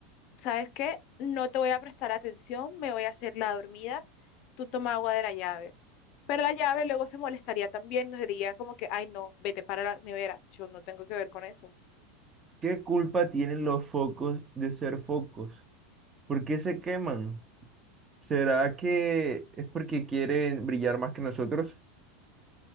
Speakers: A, on the left; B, on the right.
A: ¿Sabes qué? No te voy a prestar atención, me voy a hacer la dormida, tú toma agua de la llave. Pero la llave luego se molestaría también, nos diría como que, ay no, vete para la nevera, yo no tengo que ver con eso.
B: ¿Qué culpa tienen los focos de ser focos? ¿Por qué se queman? ¿Será que es porque quieren brillar más que nosotros?